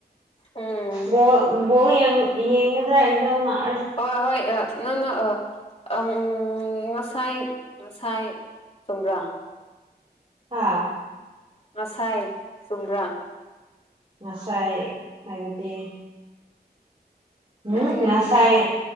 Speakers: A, on the left (about 35°); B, on the right (about 30°).
A: ꯎꯝ
B: ꯕꯣꯜ ꯕꯣꯜ ꯌꯦꯡꯒꯗ꯭ꯔꯥ ꯑꯦꯛꯖꯥꯝ ꯅꯛ
A: ꯍꯣꯏ ꯍꯣꯏ ꯑꯥ ꯅꯪꯅ ꯑꯥ ꯉꯁꯥꯏ ꯉꯁꯥꯏ ꯆꯨꯝꯕ꯭ꯔꯥ
B: ꯍꯥꯥ
A: ꯉꯁꯥꯏ ꯆꯨꯝꯕ꯭ꯔꯥ
B: ꯉꯁꯥꯏ ꯍꯥꯏꯕꯗꯤ
A: ꯌꯥꯔꯦ
B: ꯎꯝ
A: ꯌꯥꯔꯦ
B: ꯉꯁꯥꯏ
A: ꯌꯥꯔꯦ